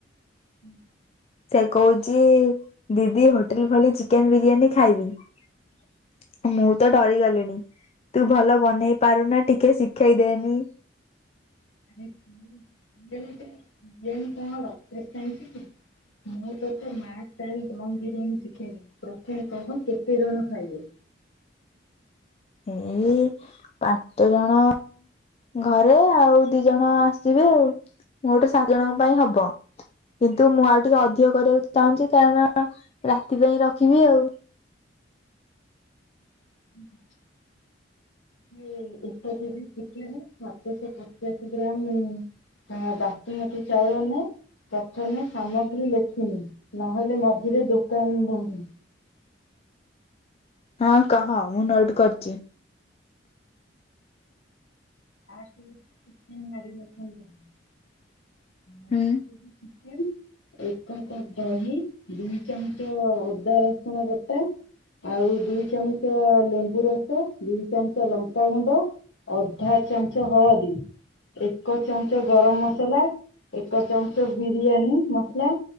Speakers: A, on the left; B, on the left.
A: ହୁଁ।
B: ସେ କହୁଛି ଦିଦି ହୋଟେଲ ଭଳି ଚିକେନ ବିରିୟାନୀ ଖାଇବି। ମୁଁ ତ ଡରିଗଲିଣି ତୁ ଭଲ ବନେଇ ପାରୁନା ଟିକେ ଶିଖେଇ ଦେନି।
A: <unintelligible> ବିରିୟାନୀ କଣ ରକେଟ ଷ୍ଟାଇଲ ସିକିଲି ମୁଁ ତତେ ମା ଷ୍ଟାଇଲ ଦମ୍ ବିରିୟାନୀ ଶିଖେଇଦେବି ପ୍ରଥମେ କହ କେତେ ଜଣ ଖାଇବେ?
B: ଏଇ ପାଞ୍ଚ ଜଣ ଘରେ ଆଉ ଦି ଜଣ ଆସିଯିବେ ଆଉ ମୁଁ ମୋଟ୍ ସାତ ଜଣଙ୍କ ପାଇଁ ହବ କିନ୍ତୁ ମୁଁ ଆଉ ଟିକେ ଅଧିକ କରିବାକୁ ଚାହୁଁଚି କାରଣ ରାତି ପାଇଁ ରଖିବି ଆଉ।
A: <unintelligible> ସେ ଏକ କେଜି ଚିକେନ ସାତଶହ ପଚାଶ ଗ୍ରାମ ବାସୁମତୀ ଚାଉଳ ନେ ପ୍ରଥମେ ସାମଗ୍ରୀ ଲେଖିନେ ନହେଲେ ମଝିରେ ଦୋକାନ ଦୌଡ଼ିବୁ।
B: ହଁ କହ ମୁଁ ନୋଟ୍ କରୁଚି।
A: ଫାଷ୍ଟ ରେ ଚିକେନ ମ୍ୟାରିନେସନ କରିବୁ। ହଁ
B: ହୁଁ
A: ସେ ଯଦି ଚି ଏକ କପ୍ ଦହି ଦି ଚାମଚ ଅଦା ରସୁଣ ବଟା ଆଉ ଦିଇ ଚାମଚ ଲେମ୍ବୁ ରସ ଦିଇ ଚାମଚ ଲଙ୍କାଗୁଣ୍ଡ ଅଧା ଏକ ଚାମଚ ହଳଦୀ ଏକ ଚାମଚ ଗରମ ମସଲା ଏକ ଚାମଚ ବିରିୟାନୀ ମସଲା